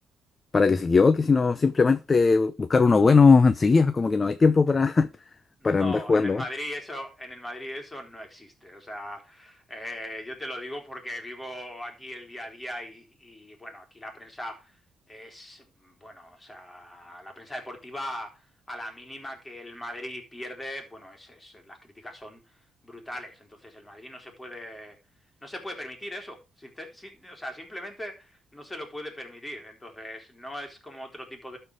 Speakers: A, on the left (about 35°); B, on the left (about 20°).
A: para que se equivoque, sino simplemente buscar uno bueno enseguida, <laughs> como que no hay tiempo para, <laughs>
B: No,
A: para andar jugando
B: en el
A: mal.
B: Madrid eso, en el Madrid eso no existe. O sea, eh, yo te lo digo porque vivo aquí el día a día y, y, bueno, aquí la prensa es, bueno, o sea, la prensa deportiva a la mínima que el Madrid pierde, bueno, es, es- las críticas son brutales. Entonces el Madrid no se puede, no se puede permitir eso. Sin- sin- o sea, simplemente no se lo puede permitir. Entonces no es como otro tipo